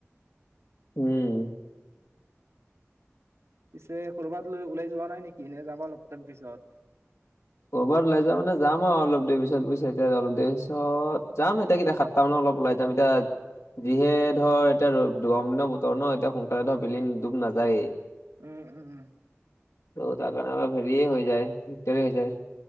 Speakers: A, on the left; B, on the right.
A: উম।
B: পিছে কৰ'বাত লৈ ওলাই যোৱা নাই নিকি নে যাবা অলপ টাইম পিছত?
A: ক'ৰবাত ওলাই যোৱা মানে যাম আৰু অলপ দেৰি পিছত বুইছাএতিয়া অলপ দেৰি পিছত যাম এতিয়া কেইটা সাতটা সাতটা মানত অলপ ওলাই যাম এতিয়া আজিহে ধৰ এতিয়া গৰম দিনৰ বতৰ ন এতিয়া সোনকালে ধৰ বেলি ডুব নাযায়েই।
B: উম উম।
A: তো তাৰ কাৰণে আমাৰ হেৰিয়ে হৈ যায় দিগদাৰে হৈ যায়।